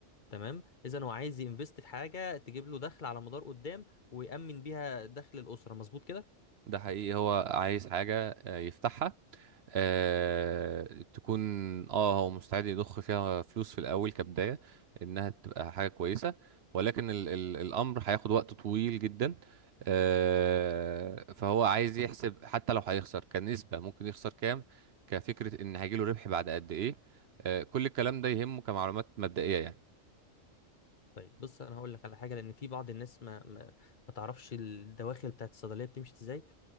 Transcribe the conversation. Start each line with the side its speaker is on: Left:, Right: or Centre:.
Left: تمام اذا هو عايز ينفست في حاجه تجيب له دخل على مدار قدام ويأمن بيها دخل الاسره مظبوط كده
Right: ده حقيقي هو عايز حاجة آه، يفتحها آه تكون اه هو مستعد يضخ فيها فلوس في الاول كبدايه انها تبقى حاجه كويسه ولكن ال ال الامر هياخد وقت طويل جدا آه فهو عايز يحسب حتى لو هيخسر كنسبه ممكن يخسر كام كفكره ان هيجيله ربح بعد قد ايه آه كل الكلام ده يهمه كمعلومات مبدئيه يعني
Left: طيب بص انا هقول لك على حاجه لان في بعض الناس ما ما, ما تعرفش الدواخل بتاعت الصيدليه بتمشي ازاي